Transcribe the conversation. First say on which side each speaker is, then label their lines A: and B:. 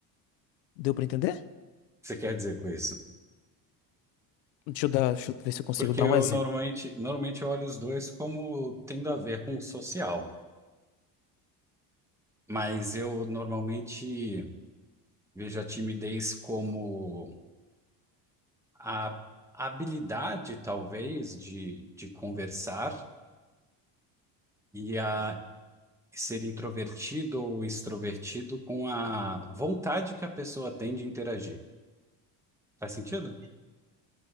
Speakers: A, on the left (about 85°); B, in the centre.
A: Deu pra entender?
B: que você quer dizer com isso?
A: Deixa eu dar, deixa eu ver se eu consigo
B: Porque
A: dar
B: eu
A: um exemplo.
B: normalmente, normalmente eu olho os dois como tendo a ver com o social, mas eu normalmente vejo a timidez como a habilidade, talvez, de, de conversar e a ser introvertido ou extrovertido com a vontade que a pessoa tem de interagir. Faz sentido?